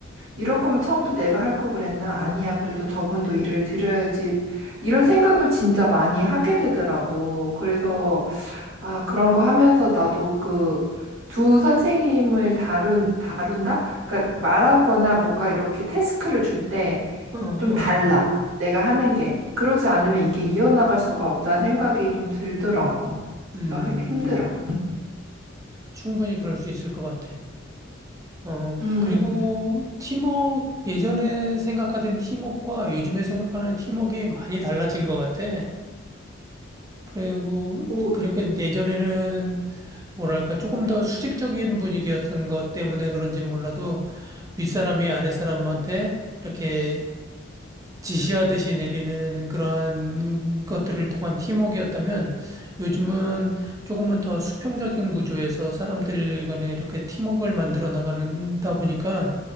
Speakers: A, on the right (about 70°); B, on the right (about 15°).
A: 이럴 거면 처음부터 내가 할 걸 그랬나? 아니야. 그래도 저분도 일을 드려야지. 이런 생각을 진짜 많이 하게 되더라고. 그래서, 아, 그런 거 하면서 나도 그 두 선생님을 다룬, 다룬다? 그러니까 말하거나 뭔가 이렇게 태스크를 줄 때
B: 어, 어.
A: 좀 달라. 내가 하는 게. 그러지 않으면 이게 이어나갈 수가 없다는 생각이 좀 들더라고.
B: 음,
A: 그래서 힘- 힘들어.
B: 충분히 그럴 수 있을 것 같아. 어,
A: 음,
B: 그리고 팀워크, 예전에 생각하던 팀워크와 요즘에 생각하는 팀워크가 많이 달라진 것 같아. 그리고,
A: 오,
B: 그러니까 예전에는 뭐랄까, 조금 더 수직적인 분위기였던 것 때문에 그런지 몰라도 윗사람이 아랫사람한테 이렇게 지시하듯이 내리는 그러한 것들을 통한 팀워크였다면 요즘은 조금은 더 수평적인 구조에서 사람들 간에 이렇게 팀워크를 만들어 나가다 보니까